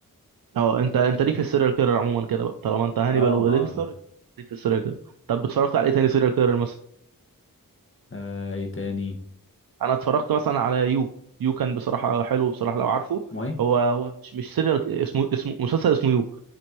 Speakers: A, on the right (about 90°); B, on the left (about 35°).
A: اه انت انت ليك في السيريال كيرر عموما كده بقى طالما انت هانيبال
B: اه
A: وديكستر
B: اه
A: يبقى ليك في السيريال كيرر طب اتفرجت على ايه تاني سيريال كيرر مثلا
B: آه، ايه تاني
A: انا اتفرجت مثلا على يو يو كان بصراحه حلو بصراحه لو عارفه
B: اسمه ايه
A: هو هو مش مش سيريال اسمه اسمه مسلسل اسمه يو